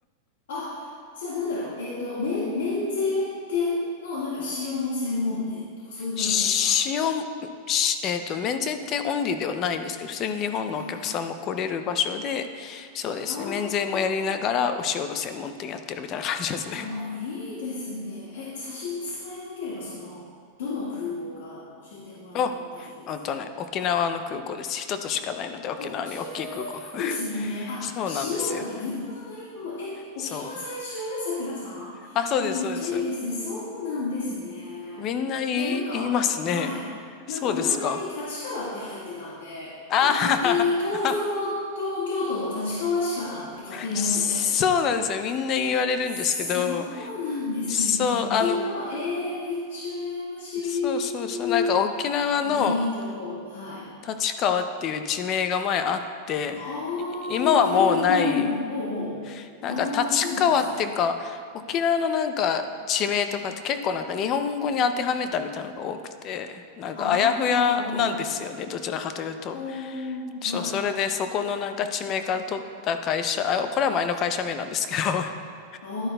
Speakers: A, on the left (about 90°); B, on the left (about 35°).
A: あ、じゃあなんだろう。えっと、免、免税店のなんか塩の専門店とかそういう感じですか
B: <laughs> 塩、しえっと、免税店オンリーではないんですけど、普通に日本のお客さんも来れる場所で、
A: はい。
B: そうですね、
A: あー
B: 免税もやりながらお塩の専門店やってるみたいな感じですね。
A: あー、いいですね。え、差し支えなければ、その、どの空港か教えてもらっても大丈夫ですか
B: お、あとね、沖縄の空港です。一つしかないので、沖縄に大きい空港。
A: 沖縄なんですね。
B: <laughs>
A: あ、
B: そうなんですよ。
A: 塩だから、なるほど、なるほど。え、沖縄在住さくらさ
B: そう。あ、そうです、
A: ん。え、めっちゃいいですね。
B: そうです。
A: そうなんですね。
B: みんな言い、
A: いや、なんか、
B: 言いますね。
A: はい。
B: そうですか。
A: なんかお名前に立川って入ってたんで、
B: ああ、
A: なんか勝手に東京の、東京都の立川市かなって勝手に思ってて。
B: <laughs> そうなんですよ。みんな言われるんですけど、
A: そうなんですね。
B: そう、
A: 沖縄、
B: あの、
A: えー、めっちゃ羨ましい。
B: そうそうそう、なんか沖縄の
A: いいとこ。はい。
B: 立川っていう地名が前あって、
A: ああ、
B: い今はもうない
A: へえ、沖縄にも。ほうほう。
B: なんか立川っていうか、
A: ああ、そうなんですね。
B: 沖縄のなんか地名とかって結構なんか日本語に当てはめたみたいなのが多くて、なんかあやふやなんですよね、
A: ああ、ほうほ
B: どちらかというと。
A: う。
B: そう、
A: ああ、
B: それでそこのなんか地名から取った会社、
A: はい。
B: あ、これは前の会社名なんですけど、<laughs>
A: あ